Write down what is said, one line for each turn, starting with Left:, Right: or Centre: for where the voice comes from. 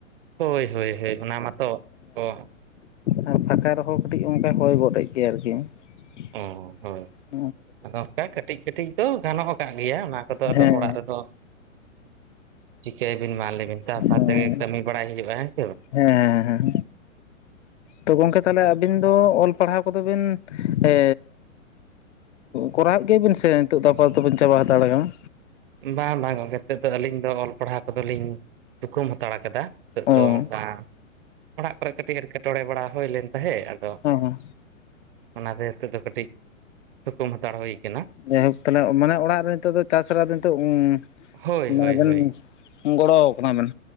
Right: ᱦᱳᱭ ᱦᱳᱭ ᱦᱳᱭ ᱚᱱᱟ ᱢᱟᱛᱚ ᱚ
Left: ᱟᱨ ᱯᱷᱟᱸᱠᱟ ᱨᱮᱦᱚ ᱠᱟᱹᱴᱤᱡ ᱚᱱᱠᱟ ᱦᱚᱭ ᱜᱚᱫ-ᱮᱜ ᱜᱮᱭᱟ ᱟᱨᱠᱤ᱾ <inaudible>
Right: ᱚ ᱦᱳᱭ ᱟᱫᱚ ᱚᱝᱠᱟ ᱠᱟᱹᱴᱤᱡ ᱠᱟᱹᱴᱤᱡ ᱫᱚ ᱜᱟᱱᱚᱜ ᱠᱟᱜ ᱜᱮᱭᱟ ᱚᱱᱟ ᱠᱚᱫᱚ
Left: ᱦᱮᱸ
Right: ᱟᱫᱚ ᱚᱲᱟᱜ ᱨᱮᱫᱚ ᱪᱤᱠᱟᱹᱭᱟᱹᱵᱤᱱ ᱢᱟ ᱞᱟᱹᱭ ᱵᱤᱱ ᱪᱟ
Left: ᱦᱮᱸ
Right: ᱥᱟ
Left: ᱦᱮᱸ
Right: ᱛᱮᱜᱮ ᱠᱟᱹᱢᱤ ᱵᱟᱲᱟᱭ ᱦᱩᱭᱩᱜ-ᱟ ᱦᱮᱸᱥ
Left: ᱦᱮᱸ ᱦᱮᱸ ᱛᱚ ᱜᱚᱝᱠᱮ ᱛᱟᱞᱦᱮ ᱟᱹᱵᱤᱱ ᱫᱚ ᱚᱞ ᱯᱟᱲᱦᱟᱣ ᱠᱚᱫᱚ ᱵᱤᱱ ᱮᱻ ᱠᱚᱨᱟᱣᱮᱜ ᱜᱮᱭᱟ ᱵᱤᱱ ᱥᱮ ᱱᱤᱛᱚᱜ ᱫᱚ ᱟᱯᱟᱛᱚᱛᱚ ᱵᱮᱱ ᱪᱟᱵᱟ ᱦᱟᱛᱟᱲ ᱠᱟᱱᱟ?
Right: ᱵᱟ ᱵᱟ ᱜᱚᱝᱠᱮ ᱱᱤᱛᱚᱜ ᱫᱚ ᱟᱹᱞᱤᱧ ᱫᱚ ᱚᱞ ᱯᱟᱲᱦᱟ ᱠᱚᱫᱚ ᱞᱤᱧ ᱛᱷᱩᱠᱩᱢ ᱦᱟᱛᱟᱲ ᱠᱟᱫᱟ᱾ ᱱᱤᱛᱚᱜ
Left: ᱚ
Right: ᱫᱚ ᱚᱱᱠᱟ ᱚᱲᱟᱜ ᱠᱚᱨᱮ ᱠᱟᱹᱴᱤᱡ ᱮᱸᱴᱠᱮᱴᱚᱸᱬᱮ ᱵᱟᱲᱟ ᱦᱩᱭ ᱞᱮᱱ ᱛᱟᱸᱦᱮᱜ ᱟᱫᱚ
Left: ᱦᱮᱸ᱾
Right: ᱚᱱᱟᱛᱮ ᱦᱤᱸᱛᱚᱜ ᱫᱚ ᱠᱟᱹᱴᱤᱡ ᱛᱷᱩᱠᱩᱢ ᱦᱟᱛᱟᱲ ᱦᱩᱭ ᱠᱟᱱᱟ᱾
Left: ᱡᱟᱭᱦᱳᱠ ᱛᱟᱞᱦᱮ ᱢᱟᱱᱮ ᱚᱲᱟᱜ ᱨᱮ ᱱᱤᱛᱳᱜ ᱫᱚ ᱪᱟᱥ <unintelligible> ᱱᱤᱛᱳᱜ ᱩᱸ
Right: ᱦᱳᱭ ᱦᱳᱭ
Left: ᱵᱟᱵᱮᱱ
Right: ᱦᱳᱭ
Left: ᱜᱚᱲᱚᱣ ᱠᱟᱱᱟ ᱵᱮᱱ᱾